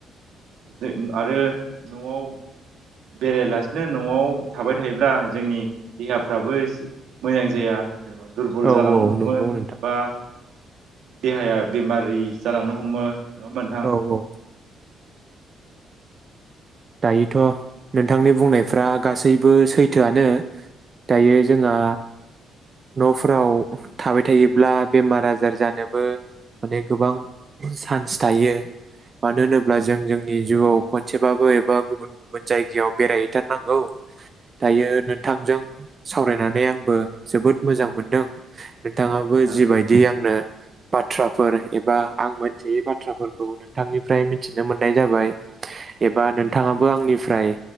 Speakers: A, on the right (about 80°); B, on the right (about 35°).
A: जों आरो न'आव बेरायलासिनो न'आव थाबाय थायोब्ला जोंनि देहाफ्राबो मोजां जाया जेनेबा दुरबल
B: औ
A: जालांनो
B: औ
A: हमो
B: नंगौ नोंथां
A: एबा देहाया बेमारि जालांनो हमो होमबा नोंथां?
B: औ औ दायोथ' नोंथांनि बुंनायफ्रा गासैबो सैथोआनो दायो जोंहा न'फोराव थाबाय थायोब्ला बेमार आजार जानोबो माने गोबां चान्स थायो मानो
A: औ
B: होनोब्ला
A: नोंथां
B: जों जोंनि जिउाव कनसे बाबो बा गुबुन गुबुन जायगायाव बेरायहैथारनांगौ दायो
A: औ
B: नोंथांजों सावरायनानै आंबो जोबोद मोजां मोनदों नोंथाङाबो
A: औ नोंथां
B: जिबायदि आंनो बाथ्राफोर एबा आं मोनथियै बाथ्राफोरखौ नोंथांनिफ्राय मिथिनो मोननाय जाबाय एबा
A: औ नोंथां
B: नो बो आंनिफ्राय